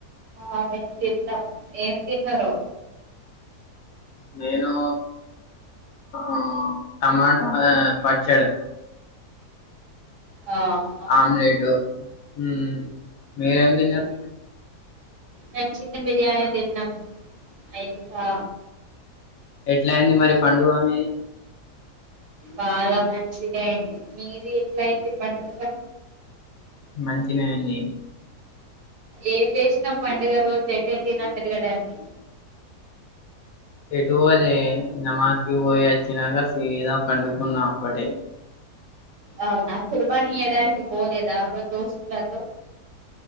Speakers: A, on the right; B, on the left.
A: ఆ మేం తిన్నాం ఏం తిన్నారో
B: నేనూ ఊ టమాటా పచ్చడి
A: ఆ అవునా
B: ఆమ్లెట్ టు మ్ మీరు ఏం తిన్నారు
A: మేం చికెన్ బిర్యానీ తిన్నాం అయికా
B: ఎట్లా అయింది మరి పండుగ మీది
A: బాగా మంచిగా అయ్యింది మీది ఎట్లా అయింది పండుగ
B: మంచినే అయ్యింది
A: ఏం చేసినా పండుగ రోజు ఎటుఎల్లినా తిరగడానికి
B: ఎటూ పోలే నమాజ్కి పోయి వచ్చినాక సీదా పండుకున్నా ఒక్కటే
A: అవునా కుర్బానీ ఇయ్యాడానికి పోలేదా మి దోస్తులతో